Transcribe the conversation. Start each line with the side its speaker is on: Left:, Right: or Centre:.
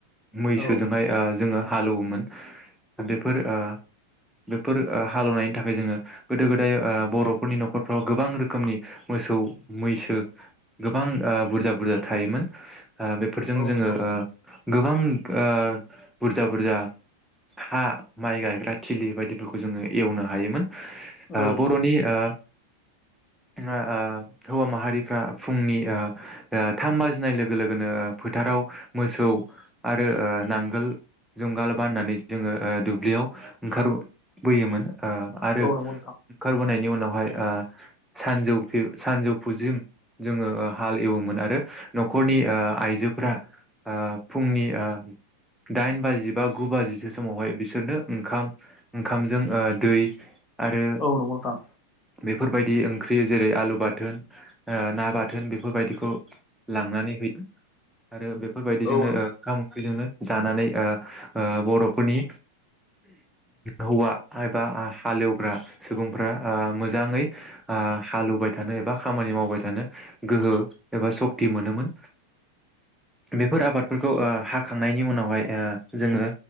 Centre: मैसोजोंहाय
Left: औ औ
Centre: ओ जोङो हालौवोमोन। बेफोर ओ बेफोर ओ हालेवनायनि थाख फाय जोङो गोदो गोदाय बर'फोरनि न'खरफ्राव गोबां रोखोमनि मोसौ मैसो गोबां ओ बुरजा बुरजा थायोमोन। ओ बेफोरजों
Left: औ
Centre: जोङो
Left: नंगौ
Centre: ओ गोबां ओ बुरजा बुरजा हा माइ गायग्रा थिलि बायदिफोरखौ जोङो एवनो हायोमोन।
Left: औ
Centre: ओ बर'नि ओ जोङो ओ हौवा माहारिफ्रा फुंनि ओ ओ थाम बाजिनाय लोगो लोगोनो फोथाराव मोसौ आरो ओ नांगोल जुंगाल बाननानै जो जोङो ओ दुब्लियाव ओंखार बोयोमोन। ओ आरो
Left: औ
Centre: ओंखारबोनायन
Left: नंगौ नोंथां
Centre: इयुनावहाय ओ सानजौफिउ सानजौफुजों जोङो ओ हाल एवोमोन आरो न'खरनि ओ आइजोफोरा ओ फुंनि ओ दाइन बाजि बा गु बाजिसो समावहाय बिसोरनो ओंखाम ओंखामजों ओ दै आरो
Left: औ नंगौ नोंथां
Centre: बिब बेफोरबायदि ओंख्रि जेरै आलु बाथोन ना बाथोन बेफोरबायदिखौ लांनानै है आरो बेफ बेफोरबायदिजोंनो
Left: औ
Centre: ओ ओंखाम ओंख्रिजोंनो जानानै ओ ओ बर'फ फोरनि हौवा एबा आ हालेवग्रा सुबुंफ्रा ओ मोजाङै हालेवबाय थानो एबा खामानि मावबाय थानो गोहो एबा सक्ति मोनोमोन बेफोर आबादफोरखौ ओ हाखांनायनि उनावहाय जोङो